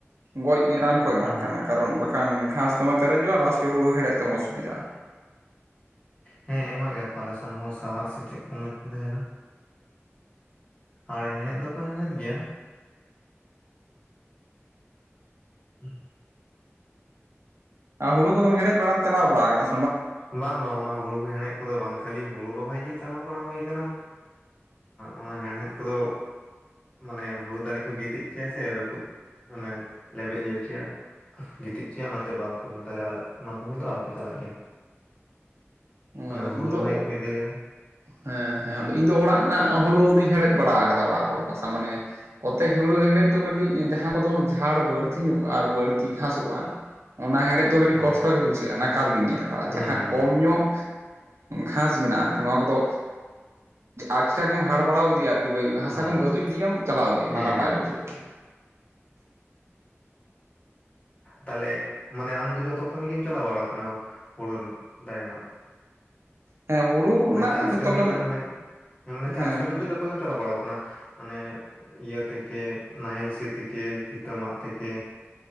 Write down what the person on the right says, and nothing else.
ᱜᱚᱡ ᱨᱟᱱ ᱠᱚ ᱮᱢᱟᱜ
ᱠᱟᱨᱚᱱ ᱵᱟᱠᱷᱟᱱ ᱜᱷᱟᱸᱥ ᱫᱚᱢᱮ ᱯᱮᱨᱮᱡᱚᱜᱼᱟ ᱞᱟᱥᱴᱮ ᱦᱩᱲᱩ ᱦᱮᱲᱮᱫ ᱛᱮᱢ ᱚᱥᱩᱵᱤᱫᱟᱜᱼᱟ
ᱟᱨ ᱦᱩᱲᱩ ᱠᱚ ᱫᱚ ᱦᱮᱲᱦᱮᱫ ᱵᱟᱲᱟᱢ ᱪᱟᱞᱟᱣ ᱵᱟᱲᱟᱣ ᱠᱟᱱᱟ
ᱱᱚᱣᱟ
ᱟᱫᱚ
ᱤᱧ ᱫᱚ
ᱦᱮᱸ ᱦᱮᱸ ᱟᱫᱚ ᱤᱧ ᱫᱚ ᱚᱲᱟᱜ ᱨᱮᱱᱟᱜ ᱦᱩᱲᱩ ᱫᱩᱧ ᱦᱮᱲᱦᱮ ᱵᱟᱲᱟ ᱟᱠᱟᱫᱟ ᱚᱲᱟᱜ ᱦᱚᱲ ᱠᱚ ᱥᱟᱶ ᱢᱟᱱᱮ ᱠᱚᱛᱮ ᱦᱩᱲᱩ ᱦᱮᱲᱦᱮᱫ ᱫᱚ ᱠᱟᱹᱴᱤᱡ ᱡᱟᱦᱟᱸ ᱠᱚ ᱫᱚᱢᱮ ᱡᱷᱟᱲ ᱵᱟᱹᱲᱛᱤ ᱧᱚᱜᱼᱟ ᱟᱨ ᱵᱟᱹᱲᱛᱤ ᱜᱷᱟᱥᱚᱜᱼᱟ ᱚᱱᱟ ᱦᱮᱲᱦᱮᱫ ᱫᱚ ᱟᱹᱰᱤ
ᱠᱚᱥᱴᱚ ᱜᱮ ᱵᱩᱡᱷᱟᱹᱣᱜᱼᱟ ᱱᱟᱠᱟᱞ ᱜᱤᱧ ᱧᱮᱞ ᱟᱠᱟᱜᱼᱟ
ᱡᱟᱦᱟᱸ
ᱠᱚᱢ ᱧᱚᱜ ᱜᱷᱟᱥ ᱢᱮᱱᱟᱜᱼᱟ ᱟᱨᱠᱤ ᱱᱚᱣᱟ ᱠᱚᱫᱚ ᱟᱪᱠᱟ ᱜᱮᱢ ᱦᱟᱲ ᱵᱟᱲᱟᱣ ᱤᱫᱤᱭᱟ ᱟᱨᱠᱤ ᱦᱟᱥᱟ
ᱠᱚᱢ ᱜᱟᱹᱫᱩᱡ ᱤᱫᱤᱭᱟᱢ ᱪᱟᱞᱟ ᱤᱫᱤᱭᱤᱭᱟᱢ
ᱱᱟᱯᱟᱭ ᱵᱩᱡᱷᱟᱹᱣᱜᱼᱟ
ᱦᱮᱸ ᱦᱩᱲᱩ
ᱨᱮᱱᱟᱜ
ᱫᱚ ᱡᱷᱚᱛᱚ
ᱦᱮᱸ
ᱦᱮᱸ